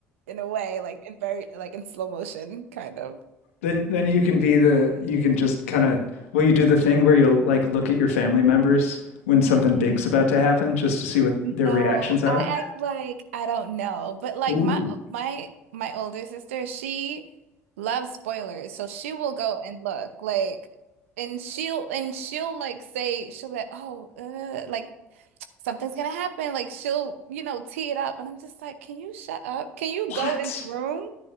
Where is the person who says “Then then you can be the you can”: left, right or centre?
Left